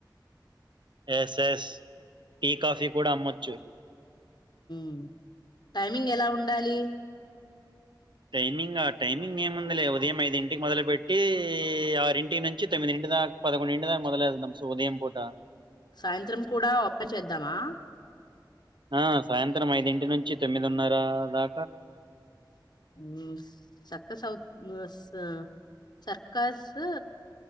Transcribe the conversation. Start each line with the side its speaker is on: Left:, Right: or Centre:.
Right: ఎస్ ఎస్ టీ కాఫీ కూడా అమ్మొచ్చు
Left: మ్ టైమింగ్ ఎలా ఉండాలి
Right: టైమింగా టైమింగ్ ఏముందిలే, ఉదయం ఐదింటికి మొదలు పెట్టి ఆరింటికి నుంచి, తొమ్మిదింటి దాకా పదకొండి ఇంటి దాకా మొదలేద్దాం సో ఉదయం పూట.
Left: సాయంత్రం కూడా ఓపెన్ చేద్దామా
Right: ఆ సాయంత్రం ఐదింటి నుంచి తొమ్మిదిన్న ర దా
Left: హు సక్ స్ అవుత్ స్ సర్కస్ సు